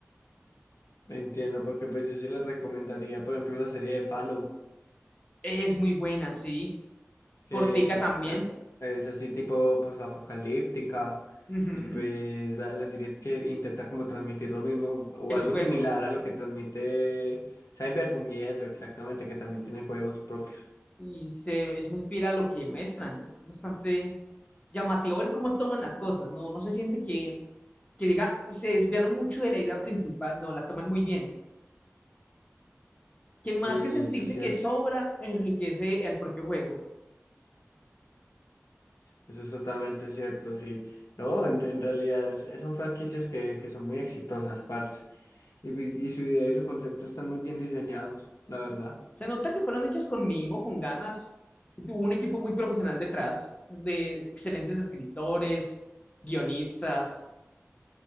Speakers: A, on the left (about 85°); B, on the left (about 30°).
A: Entiendo, porque pues yo sí les recomendaría, por ejemplo, la serie de Fallout.
B: Es muy buena, sí.
A: que
B: Cortica
A: es,
B: también.
A: es as- es así tipo pues apocalíptica
B: ujú,
A: y pues la, la serie que intenta como transmitir lo mismo o
B: Que los
A: algo
B: juegos.
A: similar a lo que transmite Cyberpunk y eso exactamente que también tiene juegos propios.
B: Y se, es muy fiel a lo que muestran. Es bastante llamativo ver cómo toman las cosas. No, no se siente que, que diga, se desviaron mucho de la idea principal. No, la toman muy bien. Que más
A: Sí,
B: que sentirse
A: eso es cierto,
B: que sobra, enriquece el propio juego.
A: eso es totalmente cierto, sí. No, en, en realidad es- son franquicias que, que son muy exitosas, parce. Y, y su idea y su concepto están muy bien diseñados, la verdad.
B: Se nota que fueron hechas con mimo, con ganas. Y Tuvo un equipo muy profesional detrás, de excelentes escritores, guionistas.